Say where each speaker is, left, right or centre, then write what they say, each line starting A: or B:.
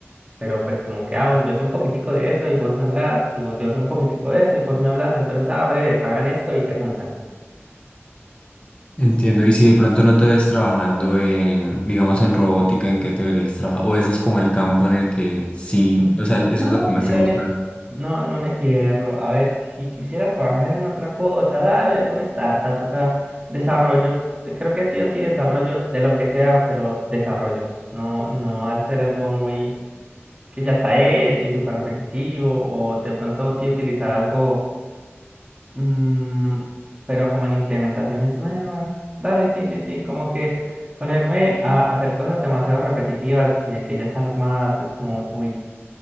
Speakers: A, on the right; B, on the left.
A: Pero pues como que, ah, bueno, yo sé un poquitico de eso y vos me hablas, y vos, yo sé un poquitico de eso y vos me hablas, entonces abre, hagan esto y se juntan.
B: entiendo. Y si de pronto no te ves trabajando en, digamos, en robótica, ¿en qué te deberías trabajar? O ese es como el campo en el que sí,
A: Ujú.
B: o sea,
A: No,
B: eso es lo que más
A: sí, dale.
B: te gusta.
A: No, no me cierro. A ver, si quisiera trabajar en otra cosa, dale alguna startup, o sea, desarrollo. Yo creo que sí o sí desarrollo de lo que sea, pero desarrollo. No, no al ser algo muy que ya está hecho y súper repetitivo, o de pronto sí utilizar algo Mm, pero como en implementaciones nuevas. Dale, sí, sí, sí, como que ponerme a hacer cosas demasiado repetitivas que, que ya están armadas es como, uy,